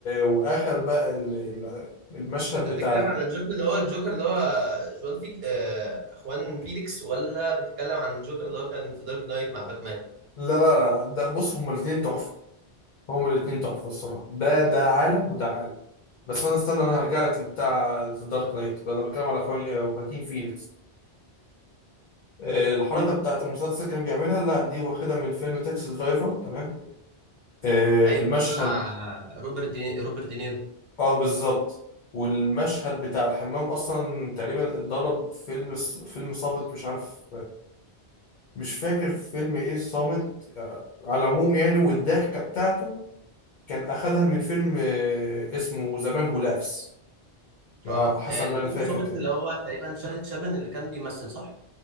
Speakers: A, on the left (about 55°); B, on the right (about 70°).
A: واخد بقى ال- ال- المشهد
B: انت
A: بتاع
B: بتتكلم
A: الح-
B: عن الجوكر اللي هو الجوكر اللي هو جوان فيك آه... اخوان فيليكس ولا بتتكلم عن الجوكر اللي هو كان في دارك نايت مع باتمان
A: لا لا لا ده بص هما الاتنين تحفة هما الاتنين تحفة الصراحة ده ده عالم وده عالم بس انا استنى انا هرجع لك لبتاع ذا دارك نايت انا بتكلم على اخوي آه، خواكين فينيكس آه، الحركة
B: مم.
A: بتاعت المسلسل كان بيعملها لا دي واخدة من فيلم تاكسي درايفر تمام آه،
B: ايوه
A: المشهد
B: بتاع روبرت دي... روبرت دينيرو
A: اه بالظبط والمشهد بتاع الحمام اصلا تقريبا اتضرب فيلم فيلم صامت مش عارف مش فاكر فيلم ايه صامت آه، على العموم يعني والضحكة بتاعته كان اخدها من فيلم آه، اسمه زمان هو لافس يعني
B: اه
A: حسب
B: آه، اللي
A: ما انا
B: في
A: فاكر
B: المصمت
A: كده
B: اللي هو تقريبا شارلي تشابن اللي كان بيمثل صح